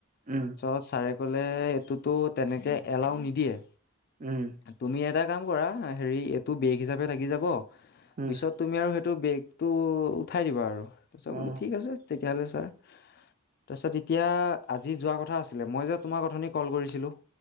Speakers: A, on the right (about 40°); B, on the left (about 50°).
A: উম
B: ছাৰে ক'লে এইটোতো তেনেকৈ এলাউ নিদিয়ে
A: উম
B: তুমি এটা কাম কৰা হেৰি এইটো বেগ হিচাপে থাকি যাব
A: উম
B: পিছত তুমি আৰু সেইটো বেক্‌টো উঠাই দিবা আৰু, তাৰপিছত
A: উম
B: বোলো
A: অ
B: ঠিক আছে তেতিয়াহ'ল ছাৰ তাৰপিছত এতিয়া আজি যোৱা কথা আছিলে, মই যে তোমাৰ কথা কল কৰিছিলো